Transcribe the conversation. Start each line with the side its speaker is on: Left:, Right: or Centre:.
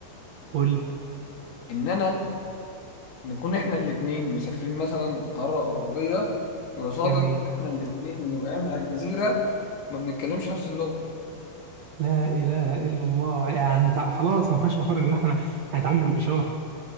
Right: قول لي.
Left: إن أنا نكون احنا الاتنين مسافرين مثلا قارة أوروبية وصادف
Right: جميل
Left: إن احنا الاتنين اللي وقعنا على الجزيرة ما بنتكلمش نفس اللغة
Right: لا إله إلا الله يعني تع- خلاص ما فيهاش مفر غير إن إحنا هنتعامل بالإشارة